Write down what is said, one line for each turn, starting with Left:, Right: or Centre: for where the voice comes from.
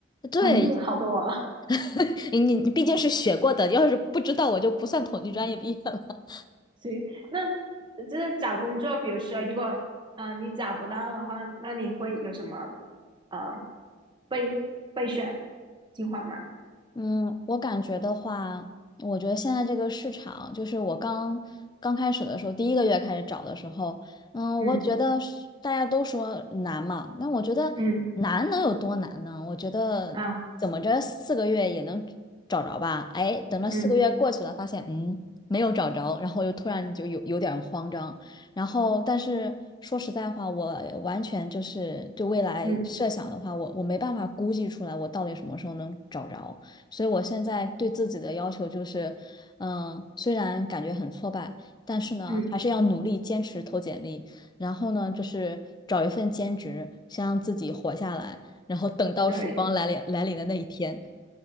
Left: 对，
Right: 统计好多啊。
Left: <laughs> 你你毕竟是学过的，要是不知道我就不算统计专业毕业了。
Right: <laughs> 嗯行，那就是找工作，比如说，如果呃你找不到的话，那你会有什么呃备备选计划吗？
Left: 嗯，我感觉的话，我觉得现在这个市场，就是我刚刚开始的时候，第一个月开始找的时候，嗯，
Right: 嗯
Left: 我觉得是大家都说难嘛，那我觉得难能有多难呢？
Right: 嗯
Left: 我觉得怎么着四个月也能找着吧？
Right: 啊
Left: 哎，等到四个月过去了，
Right: 嗯
Left: 发现嗯没有找着，然后又突然就有有点儿慌张，然后但是说实在话，我完全就是对未来设想的话，
Right: 嗯
Left: 我我没办法估计出来我到底什么时候能找着。所以我现在对自己的要求就是，嗯，虽然感觉很挫败，但是呢，
Right: 嗯，
Left: 还是要努力坚持投简历，然后呢，就是找一份兼职，先让自己活下来，然后等到曙光来临来临的那一天。
Right: 对